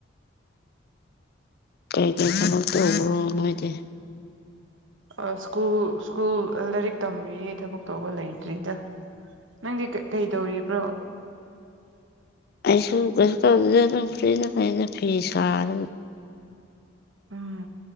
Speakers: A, on the left; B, on the right.
A: ꯀꯩ ꯀꯩ ꯊꯕꯛ ꯇꯧꯕꯔꯣ ꯃꯣꯏꯗꯤ
B: ꯑ ꯁ꯭ꯀꯨꯜ ꯁ꯭ꯀꯨꯜ ꯂꯥꯏꯔꯤꯛ ꯇꯝꯔꯤꯌꯦ ꯊꯕꯛ ꯇꯧꯕ ꯂꯩꯇ꯭ꯔꯤꯗ ꯅꯪꯗꯤ ꯀꯩꯗꯧꯔꯤꯕ꯭ꯔꯣ
A: ꯑꯩꯁꯨ ꯀꯩꯁꯨ ꯇꯧꯗꯗ ꯑꯗꯨꯝ ꯐ꯭ꯔꯤꯗ ꯑꯩꯅ ꯐꯤ ꯁꯥꯔꯒ
B: ꯎꯝ